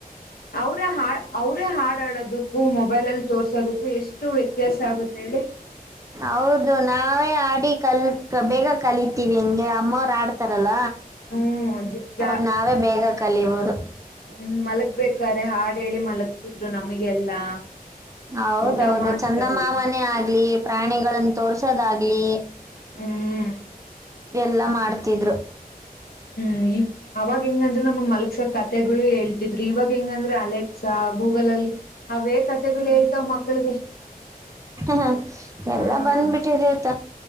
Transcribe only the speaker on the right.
ಹೌದು ನಾವೇ ಆಡಿ ಕಲ್ಕ್ ಬೇಗ ಕಲಿತೀವಿ ಹೆಂಗೆ ಅಮ್ಮವ್ರು ಆಡ್ತಾರಲ್ಲ.
ಅವಾಗ ನಾವೇ ಬೇಗ ಕಲಿಬೋದು.
ಹೌದೌದು
ಚಂದಮಾಮನೇ ಆಗ್ಲಿ. ಪ್ರಾಣಿಗಳನ್ನ ತೋರ್ಸೋದಾಗ್ಲಿ.
ಎಲ್ಲಾ ಮಾಡ್ತಿದ್ರು.
ಹ ಎಲ್ಲಾ
ಬಂದ್ಬಿಟ್ಟಿದೆ ಆತ